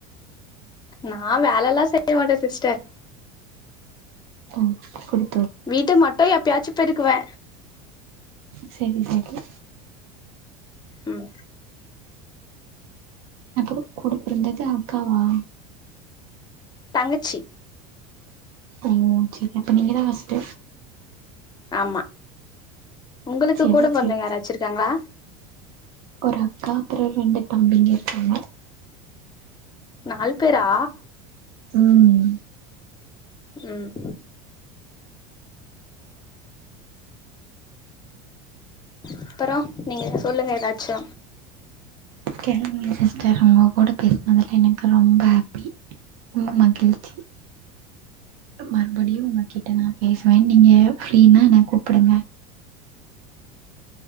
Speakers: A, on the left (about 25°); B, on the right (about 70°).
A: நா வேலைல்லா செய்ய மாட்டே சிஸ்டர்
B: ஓ குடி
A: வீட்ட மட்டு எப்பயாச்சு பெருக்குவே
B: செரி செரி
A: ம்
B: ஒ கூட பிறந்தது அக்காவா
A: தங்கச்சி
B: ஓ செரி அப்ப நீங்கதா ஃபஸ்ட்
A: ஆமா உங்களுக்கு
B: செரி
A: கூட பொறந்தவங்க
B: செரி
A: யாராச்சிருக்காங்களா?
B: செரி ஒரு அக்கா அப்பறொ ரெண்டு தம்பிங்க இருக்காங்க.
A: நால் பேரா
B: ம்
A: ம் <inaudible> அப்பறோ நீங்க சொல்லுங்க எதாச்சு
B: கெழம்பனுல சிஸ்டர் ஒங்க கூட பேசினதுல எனக்கு ரொம்ப ஹேப் ம் மகிழ்ச்சி மறுபடியும் உங்க கிட்ட நா பேசுவே நீங்க ஃப்ரீனா என்ன கூப்புடுங்க.